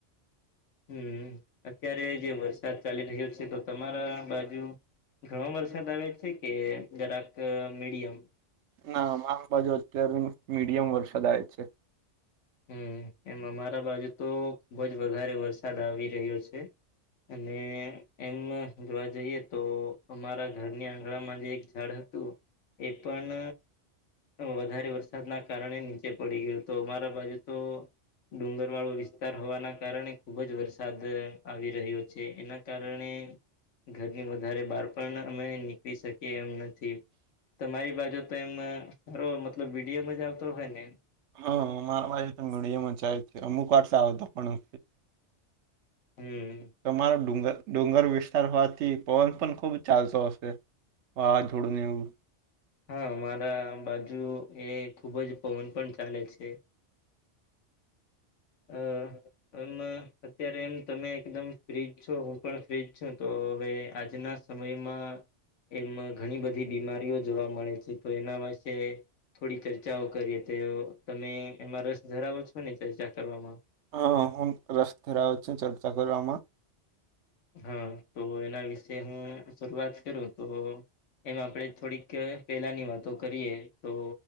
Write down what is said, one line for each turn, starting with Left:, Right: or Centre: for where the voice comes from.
Left: હમ અત્યારે જે વરસાદ ચાલી રહ્યો છે તો તમારા બાજુ. ઘણો વરસાદ આવે છે કે જરાક મીડિયમ.
Right: ના મામ બાજુ અત્યારે મીડિયમ વરસાદ આવે છે.
Left: હમ એમ અમારા બાજુ તો ખુબ જ વધારે વરસાદ આવી રહ્યો છે. અને એમ જોવા જઈએ તો અમારા ઘરની આંગણામાં જે એક. સ્થળ હતું એ પણ. વધારે વરસાદના કારણે નીચે પડી ગયું તોમારા બાજુ તો. ડુંગર વાળો વિસ્તાર હોવાના કારણે ખુબ જ વરસાદ આવી રહ્યો છે એના કારણે. ઘરની વધારે બહાર પણ અમે નીકળી શકીએ એમ નથી. તમારી બાજુ તો એમ સારો મતલબ વિીડયો મ જ આવતો હોય ને.
Right: હા મારા બાજુ તો મીડિયામાં જાય છે અમુક વાટ આવ તો પણ.
Left: હમ
Right: તમારો ડુંગર ડુંગર વસ્. વિાર હોવાથી પવન પણ ખુબ ચાલતો હશે વાવાઝોડું ને એવું.
Left: હા મારા બાજુ એ ખુબ જ પવન પણ ચાલે છે. હ. એમ અત્યારે એમ તમે એકદમ ફ્રીજ છો હું પણ ફ્રીજ છું તો હવે આજના. સમયમાં એમાં ઘણી બધી બીમારીઓ જોવા મળે છે તો એના પાસે. થોડી ચર્ચાઓ કરીએ તો તમે એમાં રસ ધરાવો છો ને ચર્ચા કરવામાં.
Right: હ હું રસ્તેરા આવ છ ચર્ચા કરવામાં.
Left: હા તો એના વિશે હું શરૂઆત કરું તો. એમ આપણે થોડીક પેલાની વાતો કરીએ તો.